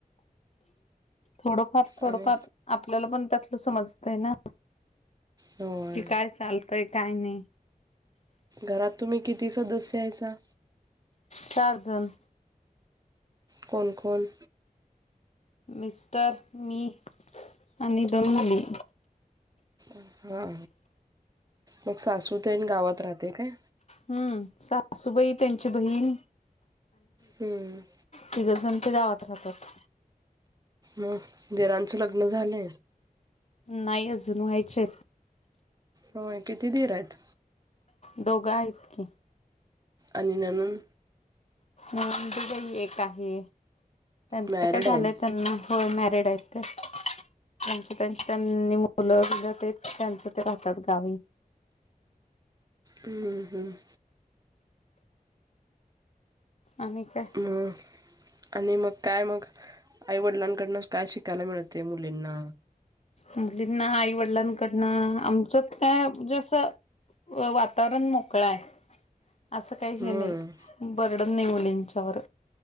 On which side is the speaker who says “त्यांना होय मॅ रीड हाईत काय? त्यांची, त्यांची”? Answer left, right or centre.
Left